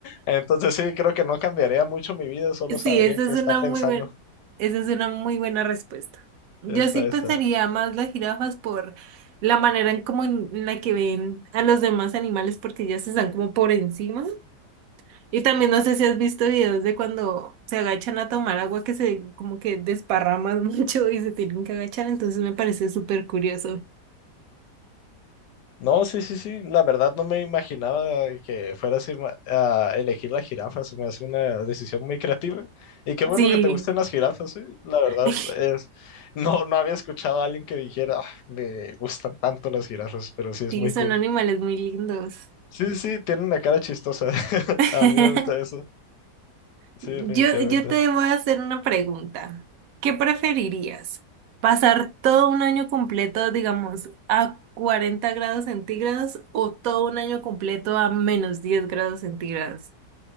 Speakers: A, on the left; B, on the right.
A: Entonces sí, creo que no cambiaría mucho mi vida, solo
B: Sí,
A: sabría
B: esa
A: qué
B: es
A: está
B: una
A: pensando.
B: muy buena, esa es una muy buena respuesta. Yo
A: Está,
B: sí pensaría
A: está.
B: más las jirafas por la manera en como en en la que ven a los demás animales porque ellas están como por encima. Y también no sé si has visto videos de cuando se agachan a tomar agua que se como que desparraman <laughs> mucho y se tienen que agachar, entonces me parece súper curioso.
A: No, sí, sí, sí, la verdad no me imaginaba que fuera así, ma- a elegir la jirafa, se me hace una decisión muy creativa. Y qué bueno
B: Sí,
A: que te gusten las jirafas, sí. La verdad
B: <laughs>
A: es, <laughs> no, no había escuchado a alguien que dijera, "Ah, me gustan tanto las jirafas, pero sí es
B: sí,
A: muy
B: son
A: cool.
B: animales muy lindos.
A: Sí, sí, sí, tienen una cara chistosa. <laughs>
B: <laughs>
A: A mí me gusta eso. Sí,
B: Yo,
A: definitivamente.
B: yo te voy a hacer una pregunta. ¿Qué preferirías? ¿Pasar todo un año completo, digamos, a 40 grados centígrados o todo un año completo a menos 10 grados centígrados?